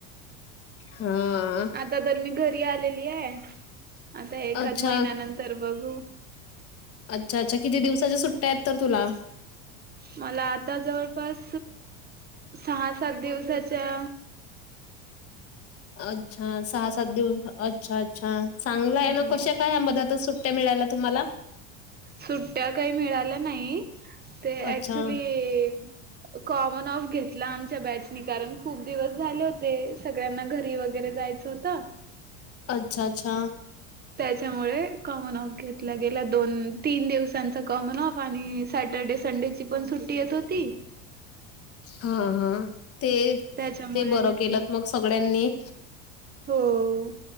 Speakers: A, on the left; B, on the right.
A: हा
B: आता तर मी घरी आलेली आहे आता एखाद
A: अच्छा.
B: महिन्यानंतर बघू.
A: अच्छा अच्छा किती दिवसाच्या सुट्ट्या आहेत तर तुला.
B: मला आता जवळपास सहा सात दिवसाच्या.
A: अच्छा! सहा सात दिवस अच्छा अच्छा चांगलाय
B: हम्म
A: ना कशा काय मध्येच सुट्ट्या. सुट्ट्या मिळाला तुम्हाला?
B: सुट्ट्या काही मिळाल्या नाही ते
A: अच्छा.
B: ऍक्चुली. कॉमन ऑफ घेतला आमच्या बॅचनी कारण खूप दिवस झाले होते सगळ्यांना घरी वगैरे जायच. जायचं होत
A: अच्छा! अच्छा!
B: त्याच्यामुळे कॉमन ऑफ घेतला गेला दोन तीन दिवसांचा कॉमन ऑफ आणि सॅटर्डे संडे. पण सुट्टी येत होती.
A: हा हा ते
B: त्याच्यामुळे
A: ते बरं
B: घेतला
A: केलंत मग सगळ्यांनी.
B: हो.